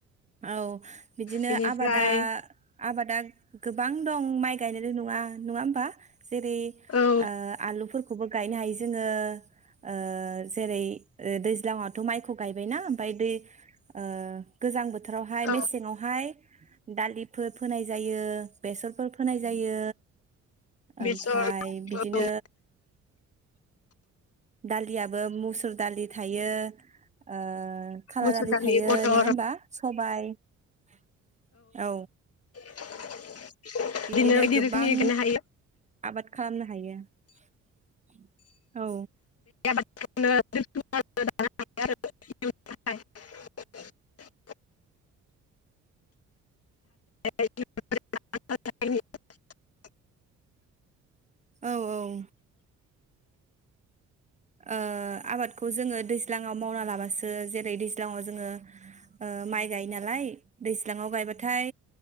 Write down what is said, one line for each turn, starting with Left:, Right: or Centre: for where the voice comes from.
Right: औ बिदिनो
Left: बेनिफ्राय
Right: आबादा आबादा गोबां दं माइ गायनायल नङा नङा होमबा जेरै
Left: औ
Right: ओ आलुफोर खौबो गायनो हायो जोङो ओ जेरै ओ दैज्लां दैज्लाङावथ' माइखौ गायबायना ओमफाय दै ओ गोजां बोथोर बोथोरावहाय
Left: औ
Right: मेसेङावहाय दालिप फोर फोनाय जायो बेसरफोर फोनाय जायो
Left: बेसर
Right: ओमफाय बिदिनो
Left: औ
Right: दालियाबो मुसुर दालि थायो ओ खाला
Left: मुसुर
Right: दालि थायो
Left: मटर
Right: नोङा होमबा सबाइ <unintelligible> औ
Left: <unintelligible>
Right: बिदिनो
Left: बायदि
Right: गोबां
Left: रोखोमनि गायनो हायो
Right: आबाद खालामनो हायो। <inaudible> औ
Left: <unintelligible> <unintelligible>
Right: औ औ ओ आबादखौ जोङो दैज्लाङाव मावना लाबासो जेरै दैज्लाङाव जोङो ओ माइ गायो नालाय दैज्लाङाव गायबाथाय